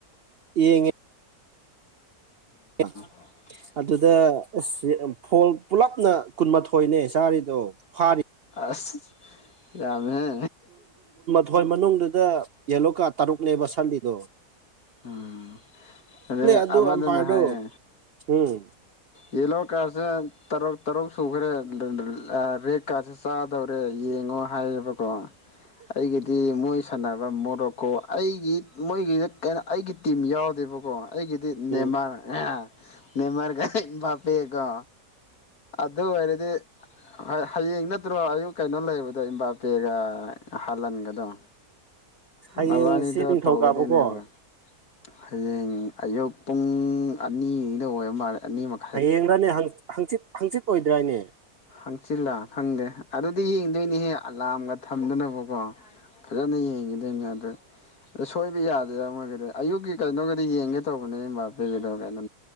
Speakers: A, on the right (about 65°); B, on the left (about 75°).
A: ꯌꯦꯡꯉꯦ <inaudible>
B: ꯑꯣ
A: ꯑꯗꯨꯗ ꯑꯁ ꯐꯣꯜ ꯄꯨꯂꯞꯅ ꯀꯨꯟꯃꯥꯊꯣꯏꯅꯦ ꯆꯥꯔꯤꯗꯣ ꯐꯥꯔꯤ
B: ꯑꯁ ꯌꯥꯝꯃꯍꯦ
A: ꯊꯣꯏ ꯃꯅꯨꯡꯗꯨꯗ ꯌꯦꯂꯣ ꯀꯥꯔꯗ ꯇꯔꯨꯛꯅꯦꯕ ꯁꯠꯂꯤꯗꯣ
B: ꯎꯝ ꯀꯔꯤ
A: ꯑꯗꯨ
B: ꯑꯃꯗꯨꯅ
A: ꯑꯝꯄꯥꯌꯔꯗꯨ
B: ꯍꯥꯏꯌꯦ
A: ꯎꯝ
B: ꯌꯦꯜꯂꯣ ꯀꯥꯔꯗꯁꯦ ꯇꯔꯨꯛ ꯇꯔꯨꯛ ꯁꯨꯈ꯭ꯔꯦ ꯑꯥ ꯔꯦꯠ ꯀꯥꯔꯗꯁꯦ ꯆꯥ ꯗꯧꯔꯦ ꯌꯦꯡꯉꯣ ꯍꯥꯏꯌꯦꯕ ꯀꯣ ꯑꯩꯒꯤꯗꯤ ꯃꯣꯏ ꯁꯥꯟꯅꯕ ꯃꯣꯔꯣꯛꯀꯣ ꯑꯩꯒꯤ ꯃꯣꯏꯒꯤꯗ ꯀꯩꯅꯣ ꯑꯩꯒꯤ ꯇꯤꯝ ꯌꯥꯎꯗꯦꯕꯀꯣ ꯑꯩꯒꯤꯗꯤ ꯅꯦꯝꯃꯔ
A: ꯎꯝ
B: ꯅꯦꯝꯃꯔꯒ ꯕꯥꯄꯦꯒꯥ ꯑꯗꯨ ꯑꯣꯏꯔꯗꯤ ꯍꯌꯦꯡ ꯅꯠꯇ꯭ꯔꯣ ꯑꯌꯨꯛ ꯀꯩꯅꯣ ꯂꯩꯕꯗꯣ ꯏꯝꯕꯥꯄꯦꯒ ꯍꯂꯟꯒꯗꯣ
A: ꯍꯌꯦꯡꯁꯤ
B: ꯃꯕꯥꯅꯤꯗꯣ
A: ꯅꯤꯡꯊꯧꯀꯥꯕꯀꯣ
B: ꯇꯧꯒꯗꯣꯏꯅꯦꯕꯀꯣ ꯍꯌꯦꯡ ꯑꯌꯨꯛ ꯄꯨꯡ ꯑꯅꯤꯗ ꯑꯣꯏꯕ ꯃꯥꯜꯂꯦ ꯑꯅꯤꯃꯛ
A: ꯍꯌꯦꯡꯔꯥꯅꯦ ꯍꯪꯆꯤꯠ ꯍꯪꯆꯤꯠ ꯑꯣꯏꯗ꯭ꯔꯥꯅꯦ
B: ꯍꯪꯆꯤꯜꯂꯥ ꯈꯪꯗꯦ ꯑꯗꯨꯗꯤ ꯌꯦꯡꯗꯣꯏꯅꯤꯍꯦ ꯑꯂꯥꯝꯒ ꯊꯝꯗꯅꯕꯀꯣ ꯐꯖꯅ ꯌꯦꯡꯒꯤꯗꯣꯏꯅꯦ ꯑꯗꯨ ꯑ ꯁꯣꯏꯕ ꯌꯥꯗꯦꯕ ꯃꯣꯏꯒꯤꯗꯤ ꯑꯌꯨꯛꯀꯤ ꯀꯩꯅꯣꯒꯤꯗꯣ ꯌꯦꯡꯒꯦ ꯇꯧꯕꯅꯦ ꯏꯝꯕꯄꯦꯒꯤꯗꯣ ꯀꯩꯅꯣ